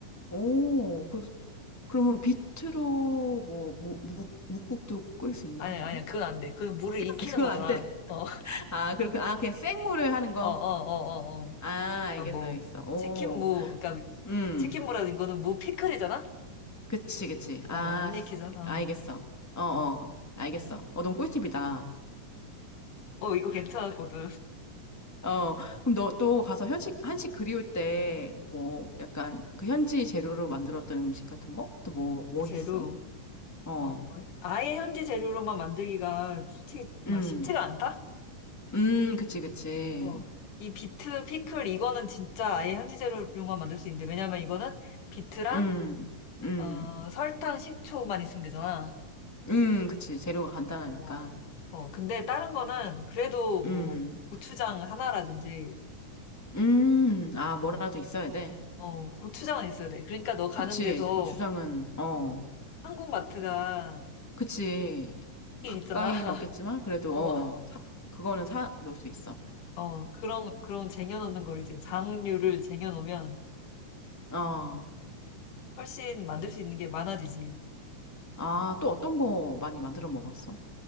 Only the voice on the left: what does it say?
아니야,
아니야. 그건 안 돼. 그건 물을
익히는
거잖아.
어, <laughs>
어, 어, 어, 어, 어.
그러니까 뭐,
치킨 무, 그러니까
치킨무라는 거는 무 피클이잖아?
어, 안 익히잖아.
어,
어.
어, 이거 괜찮았거든.
<laughs> 재료.
어, 아예 현지 재료로만 만들기가 솔직히 막
쉽지가 않다?
어. 이 비트 피클 이거는 진짜 아예 현지 재료로만 만들 수 있는데 왜냐면 이거는 비트랑
어, 설탕, 식초만 있으면 되잖아.
어, 어, 근데 다른 거는 그래도
뭐 고추장 하나라든지,
어, 고추장은 있어야 돼. 그러니까 너 가는
데서
한국마트가
있긴
있잖아. <laughs>
어,
어, 그런, 그런 쟁여놓는 걸 이제 장류를 쟁여놓으면
훨씬 만들 수 있는 게 많아지지.